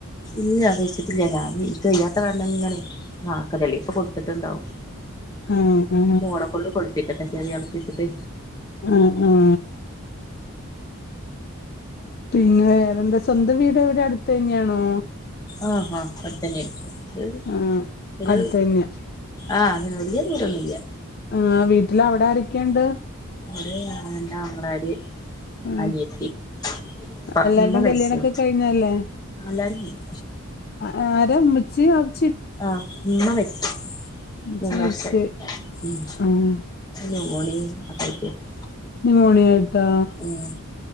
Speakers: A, on the left (about 15°); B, on the left (about 45°).
A: ഇല്ല കഴിച്ചിട്ടില്ല ഞാന് ഇൻക്ക് വയ്യാത്ത കാരണം ഇങ്ങനെ ആഹ് കദളി ഇപ്പൊ കൊടുത്തിട്ടുണ്ടാവും
B: ആഹ് ആഹ്
A: മോളക്കൊണ്ട് കൊടിപ്പിക്കട്ടെ ചെറിയ അളപ്പിച്ചിട്ട്
B: അഹ് ആഹ് ആഹ് പിന്നെ വേറെന്താ സ്വന്തം വീട് എവിടെ അടുത്തു തന്ന്യാണോ?
A: ആഹ് ഹാ അടുത്തന്നെയാണ് കൊർച്ച്
B: ആഹ്
A: ഒരു
B: അടുത്ത് തന്നെ
A: ആഹ് അതിന് വല്ല്യ ദൂരോന്നൂല്ല
B: ആഹ് വീട്ടില് അവിടെ ആരൊക്കെണ്ട്?
A: അവിടെ ഞാനെന്റെ അങ്ങളാര്
B: ആഹ്
A: അനിയത്തി ഉപ്പ
B: എല്ലാരുടെയും
A: ഉമ്മ മരിച്ചു
B: കല്യാണൊക്കെ കഴിഞ്ഞല്ലേ
A: നല്ലാരും
B: ആരാ ഉമ്മച്ചി അവ്
A: ആഹ് ഉമ്മ മരിച്ചു
B: ഉമ്മച്ചി
A: മൂന്ന്
B: മരിച്ച്
A: വർഷായി ഉം
B: ആഹ്
A: നുമോണി <unintelligible>
B: നുമോണി ആയിട്ടാ
A: ഉം